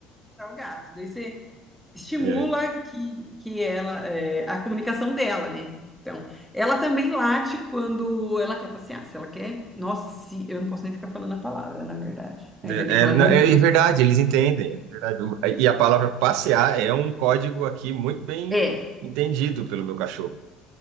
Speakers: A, in the centre; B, on the right.
A: é o gato. Daí você estimula
B: É.
A: que, que ela é, a comunicação dela, né? Então, ela também late quando ela quer passear. Se ela quer, nossa, se eu não posso nem ficar falando a palavra, na verdade. Ainda
B: É,
A: bem que ela
B: é,
A: não
B: não, é
A: ouviu.
B: é verdade, eles entendem, é verdade. O- E a palavra passear é um código aqui muito bem
A: É,
B: entendido pelo meu cachorro.